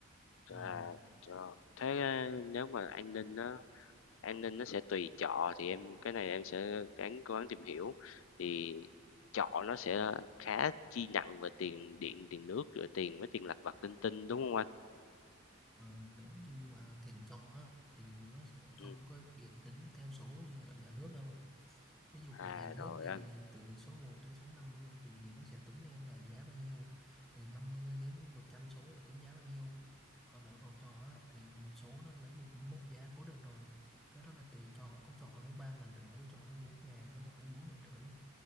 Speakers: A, in the centre; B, on the left.
A: ừ.
B: trời, trời. Thế ờ, nếu mà an ninh á An ninh nó sẽ tùy trọ thì em cái này em sẽ ráng cố gắng tìm hiểu thì trọ nó sẽ khá chi nặng về tiền điện tiền nước rồi tiền với tiền lặt vặt linh tinh đúng không anh
A: Ờ, nếu như mà tiền trọ á, thì nó sẽ không
B: ừ.
A: có điện tính theo số như là ở nhà nước đâu ví dụ
B: à
A: ở nhà nước
B: rồi
A: thì
B: anh
A: từ số một đến số 50 thì nó sẽ tính em là giá bao nhiêu từ 50 đến 100 số là tính giá bao nhiêu còn ở phòng trọ á, thì một số nó lấy một mốc giá cố định rồi cái đó là tùy trọ có trọ lấy ba ngàn rưỡi có trọ lấy bốn ngàn có trọ lấy bốn ngàn rưỡi